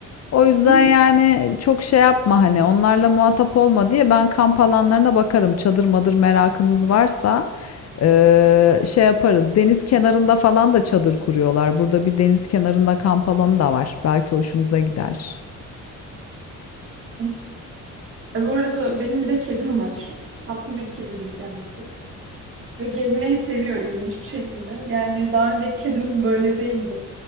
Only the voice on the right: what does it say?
Hı
hı. E, bu arada benim bir de kedim var. Tatlı bir kedidir kendisi. Ve gezmeyi seviyor ilginç bir şekilde. Yani daha önceki kedimiz böyle değildi.